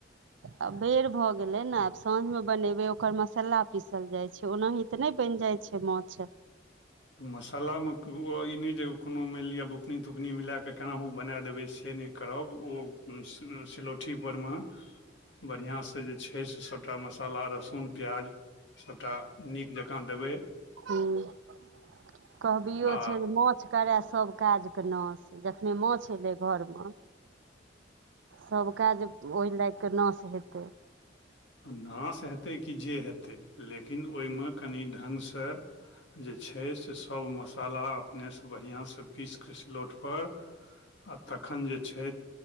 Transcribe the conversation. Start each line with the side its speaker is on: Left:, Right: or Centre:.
Right: आ बेर भऽ गेलै ने आब साँझमे बनेबै। ओकर मसाला पीसल जाइत छै, ओनाहि नहि बनि जाय छै माछ।
Left: तऽ मसालामे ई नहि जे कोनो मानि लिअ बुकनी तुकनी मिल कऽ केनाहु बना दे। सी ब देबे से नय करब बरया सिलोगी परमा तऽ जे छै से सभटा मसाला, लहसुन, प्याज सभटा नीक जकाँ देबै।
Right: हँ, कहबो
Left: आ
Right: छै जे माछ। करऽ सभ काजके नशा जखनहि माछ एलै घरमे। सभ काज ओहि लाग कऽ नशा हेतै।
Left: नाश हेतै कि जे हेतै, लेकिन ओहिमे कनि ढङ्गसँ। जे छै से सभ मसाला अपनेसँ बढ़िआँसँ पीसि कऽ सिलौटपर। आ तखन जे छै।